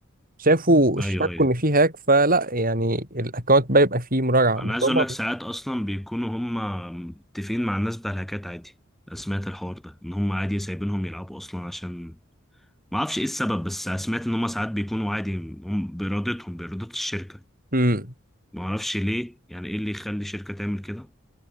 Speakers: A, on the right; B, in the centre.
A: شافوا اشتكوا
B: ايوه ايوه
A: ان فيه هاك فلا يعني الاكونت بقى يبقى فيه مراجعة
B: انا
A: بالطبع
B: عايز اقول لك ساعات اصلا بيكونوا هم متفقين مع الناس بتاع الهاكات عادي أنا سمعت الحوار ده ان هم عادي سايبينهم يلعبوا اصلا عشان ما اعرفش ايه السبب بس سمعت ان هم ساعات بيكونوا عادي هم بارادتهم باراده الشركه
A: امم
B: ما اعرفش ليه يعني ايه اللي يخلي شركه تعمل كده